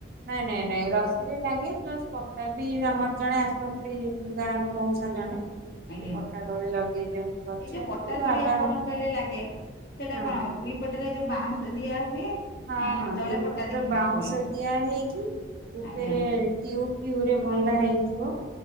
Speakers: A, on the right; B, on the left.
A: ନାଇଁ ନାଇଁ ନାଇଁ ରଶୀରେ ଲାଗେ ପ୍ଲସ୍ ପଟା ବି ଆମର ଜଣେ ଆସନ୍ତି ଗାଁରୁ ମଉସା ଜଣେ
B: ଆଜ୍ଞା
A: ସେ
B: ଏଇ
A: ପଟା ଦୋଳି ଲଗେଇ ଦିଅନ୍ତି ଗଛରେ
B: ଯୋଉ ପଟା
A: ବାବା
B: ଦୋଳି ଆପଣ କହିଲେ ଲାଗେ ସେଇଟା
A: ହଁ
B: କଣ ଦୁଇ ପଟରେ ଯଉ ବାଉଁଶ ଦିଆ ହୁଏ?
A: ହଁ
B: ଏଁ
A: ହଁ
B: ତଳେ
A: ଦୁଇ
B: ପଟା
A: ପଟରେ
B: ଦେଇକି
A: ବାଉଁଶ
B: ଦିଆ ହୁଏ।
A: ଦିଆ ହେଇ କି ଉପରେ
B: ଆଜ୍ଞା
A: ଟୁବ୍ ଫୁ୍ଉ ରେ ବନ୍ଧା ହେଇଥିବ।